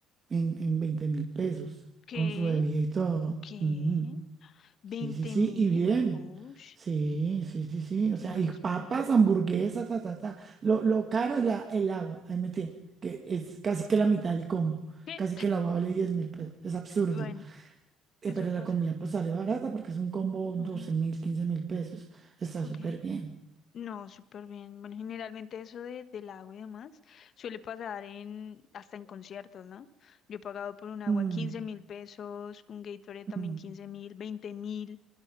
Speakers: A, on the right; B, on the left.
A: en, en veinte mil pesos,
B: ¿Qué?
A: con su bebida y todo.
B: Ok.
A: Mm,
B: ¿Veinte
A: sí, sí, sí,
B: mil?
A: y bien.
B: Uy,
A: Sí, sí, sí, sí. O sea,
B: no
A: y
B: lo
A: papas,
B: esperaba.
A: hamburguesas, ta, ta, ta. Lo, lo caro es la, el agua, ahí me tiene, que es casi que la mitad del combo.
B: ¿Qué?
A: Casi que el agua vale diez mil pesos. Es absurdo.
B: Bueno,
A: Eh,
B: eso
A: pero
B: pasa.
A: la comida pues sale barata porque es un combo doce
B: Ujú,
A: mil, quince mil pesos. Está
B: ok.
A: súper bien.
B: No, súper bien. Bueno, generalmente eso de, del agua y demás suele pasar en, hasta en conciertos, ¿no? Yo he pagado por un agua
A: Mm,
B: quince mil pesos, un Gatorade también
A: mm,
B: quince mil, veinte mil.